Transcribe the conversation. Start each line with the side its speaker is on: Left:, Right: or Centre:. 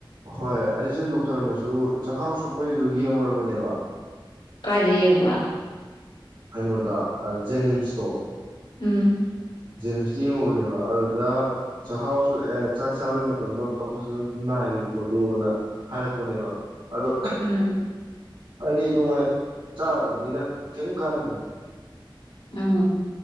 Right: ꯍꯣꯏ ꯑꯩꯁꯦ ꯗꯣꯛꯇꯔꯅꯁꯨ ꯆꯈꯥꯎ ꯁꯛꯄꯩꯁꯨ ꯌꯦꯡꯂꯡꯉꯨꯔꯕꯅꯦꯕ
Left: ꯀꯥꯏꯗ ꯌꯦꯡꯕ
Right: ꯀꯩꯅꯣꯗ ꯦꯅꯤꯝꯁꯇꯣ
Left: ꯎꯝ
Right: ꯖꯦꯅꯤꯝꯁꯇ ꯌꯦꯡꯉꯨꯕꯅꯦꯕ ꯑꯗꯨꯗ ꯆꯈꯥꯎꯁꯨ ꯑꯦ ꯆꯥꯛ ꯆꯥꯕꯩ ꯃꯇꯝꯗꯣ ꯑꯃꯨꯛꯇꯪ ꯐꯖꯅ ꯅꯥꯏꯌꯨ ꯈꯣꯠꯂꯨꯅ ꯍꯥꯏꯔꯛꯄꯅꯦꯕ ꯑꯗꯣ
Left: ꯎꯝ
Right: ꯍꯥꯏꯗꯤ ꯑꯗꯨꯉ ꯆꯥꯗꯕꯅꯤꯅ ꯀꯔꯤꯝ ꯀꯥꯟꯅꯗꯦ
Left: ꯎꯝ